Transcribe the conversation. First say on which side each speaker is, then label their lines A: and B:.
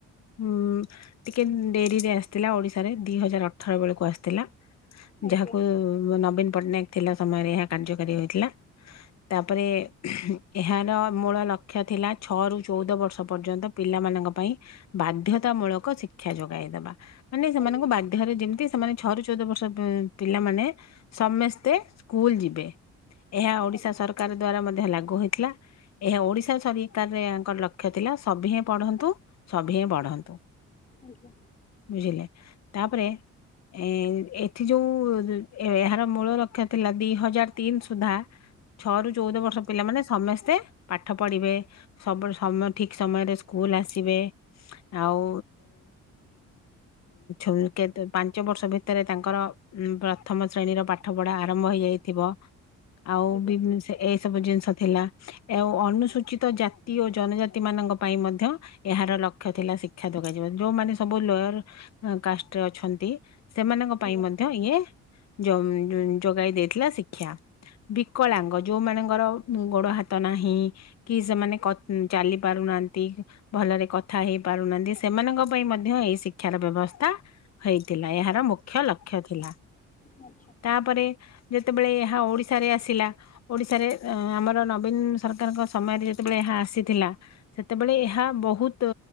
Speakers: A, on the left; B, on the left.
A: ହୁଁ ଟିକେ ଡେରିରେ ଆସିଥିଲା ଓଡ଼ିଶାରେ ଦୁଇ ହଜାର ଅଠର ବେଳକୁ ଆସିଥିଲା।
B: ଆଜ୍ଞା ଆଜ୍ଞା
A: ଯାହାକୁ ନବୀନ ପଟ୍ଟନାୟକ ଥିଲା ସମୟରେ ଏହା କାର୍ଯ୍ୟକାରୀ ହୋଇଥିଲା। ତାପରେ ଏହାର ମୂଳ ଲକ୍ଷ୍ୟ ଥିଲା ଛଅରୁ, ଚଉଦ ବର୍ଷ ପର୍ଯ୍ୟନ୍ତ ପିଲାମାନଙ୍କ ପାଇଁ ବାଧ୍ୟତାମୂଳକ ଶିକ୍ଷା ଯୋଗାଇଦବା ମାନେ ସେମାନଙ୍କୁ
B: ଆଜ୍ଞା
A: ବା ହରେ ଯେମିତି ସେମାନେ ଛଅରୁ, ଚଉଦ ବର୍ଷ ପିଲାମାନେ ସମସ୍ତେ ସ୍କୁଲ ଯିବେ। ଏହା ଓଡିଶା
B: ଆଜ୍ଞା
A: ସରକାର ଦ୍ଵାରା ମଧ୍ୟ ଲାଗୁ ହୋଇଥିଲା। ଏହା ଓଡିଶା ସରିକାରଙ୍କର ଲକ୍ଷ୍ୟ ଥିଲା ସଭି ହେଁ ପଢନ୍ତୁ ସଭି ହେଁ ବଢନ୍ତୁ।
B: ଆଜ୍ଞା।
A: ବୁଝିଲେ ତାପରେ ଏ ଏଠି ଯୋଉ ଏହାର ମୂଳ ଲକ୍ଷ୍ୟ ଥିଲା ଦି ହଜାର ତିନି ସୁଦ୍ଧା ଛଅ ରୁ ଚଉଦ ବର୍ଷ ପିଲାମାନେ ସମସ୍ତେ ପାଠ ପଢିବେ। ସବୁ ସମୟ ଠିକ ସମୟରେ ସ୍କୁଲ ଆସିବେ ଆଉ ଉ କେ ପାଞ୍ଚ ବର୍ଷ ଭିତରେ ତାଙ୍କର ଉ ପ୍ରଥମ ଶ୍ରେଣୀର ପାଠ ପଢା ଆରମ୍ଭ ହେଇଯାଇଥିବ ଆଉ
B: ଆଜ୍ଞା
A: ବି ସେ ଏସବୁ ଜିନିଷ ଥିଲା ଆ ଅନୁସୂଚିତ ଜାତି ଓ ଜନଜାତି ମାନଙ୍କ ପାଇଁ ମଧ୍ୟ ଏହାର ଲକ୍ଷ୍ୟ ଥିଲା ଶିକ୍ଷା ଯୋଗାଯିବା ଯୋଉମାନେ ସବୁ ଲୟର କାଷ୍ଟରେ ଅଛନ୍ତି ସେମାନଙ୍କ ପାଇଁ
B: ଆଜ୍ଞା
A: ମଧ୍ୟ ଯଇଏ ଯ ଯୋଗାଇ ଦେଇଥିଲା ଶିକ୍ଷା‌। ବିକଳାଙ୍ଗ ଯୋଉ ମାନଙ୍କର ଗୋଡ, ହାତ ନାହିଁ କି ସେମାନେ କ ଚାଲି ପାରୁନାହାନ୍ତି, ଭଲରେ କଥା ହେଇ ପାରୁନାହାନ୍ତି ସେମାନଙ୍କ ପାଇଁ ମଧ୍ୟ ମଧ୍ୟ ଏଇ ଶିକ୍ଷାର ବ୍ୟବସ୍ଥା ହେଇଥିଲା ଏହାର ମୁଖ୍ୟ ଲକ୍ଷ୍ୟ ଥିଲା।।
B: ଆଜ୍ଞା ଆଚ୍ଛା ଆଜ୍ଞା
A: ତାପରେ ଯେତେବେଳେ ଏହା ଓଡିଶାରେ ଆସିଲା ଓଡିଶାରେ ଆମର ନବୀନ ସରକାରଙ୍କ ସମୟରେ ଯେତେବେଳେ ଏହା ଆସିଥିଲା ସେତେବେଳେ ଏହା ବହୁତ